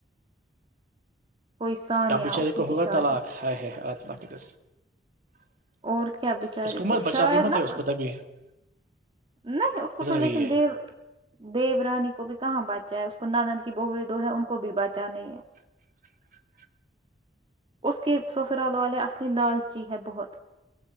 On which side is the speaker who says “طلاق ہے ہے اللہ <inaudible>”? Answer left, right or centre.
Right